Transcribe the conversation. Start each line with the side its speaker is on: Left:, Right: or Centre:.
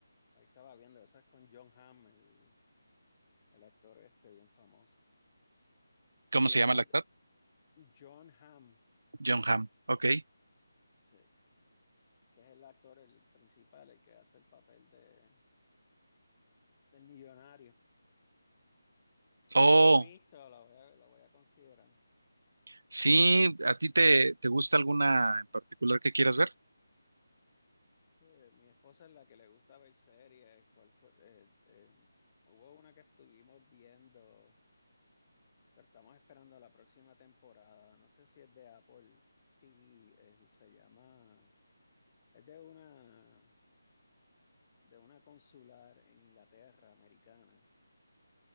Left: Ahí estaba viendo, esa es con John Hamm, el, el actor este bien famoso.
Right: ¿Cómo
Left: Y
Right: se
Left: es
Right: llama el actor?
Left: John Hamm,
Right: John Hamm. Ok.
Left: sí, que es el actor, el principal, el que hace el papel de, del millonario. Pero
Right: Oh,
Left: no la he visto, la voy a, la voy a considerar.
Right: sí, ¿a ti te, te gusta alguna en particular que quieras ver?
Left: Que mi esposa es la que le gusta ver series. ¿Cuál fue? Eh, eh, hubo una que estuvimos viendo, pero estamos esperando la próxima temporada. No sé si es de Apple TV, eh, se llama... Es de una de una consular en Inglaterra, americana,